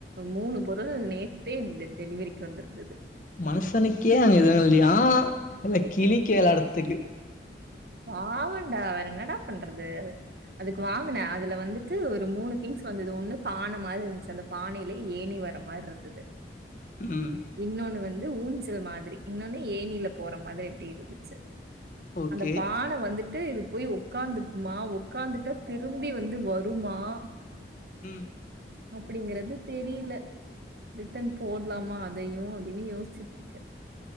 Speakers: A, on the right; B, on the left.
A: மூணு பொருள் நெ டே டெலிவரிக்கு வந்துருந்தது
B: மனுஷனுக்கே அன் ஹெல்த்தியாம் இதுல கிளிக்கு வெளயாடறத்துக்கு
A: பாவண்டா வேற என்னடா பண்றது அதுக்கு
B: ம்.
A: வாங்குனேன் அதுல வந்து ஒரு மூணு திங்ஸ் வந்தது ஒண்ணு பானை மாதிரி இருந்துச்சு அந்த பானையில ஏனி வர மாதிரி இருந்தது
B: உஹம்
A: இன்னொன்னு வந்து ஊஞ்சல் மாதிரி இன்னொன்னே ஏனியில போற மாதிரி எப்படி இருந்துச்சு
B: ஓகே
A: அந்த பானை வந்துட்டு ட்டு இது போய் உகாந்துக்குமா ஒக்காந்துட்டா திரும்பி வந்து வருமா
B: உம்
A: அப்படிங்கறது தெரியல ரிட்டன் போடலாமா அதையும் அப்படின்னு யோசிச்சுட்டு இருக்கேன்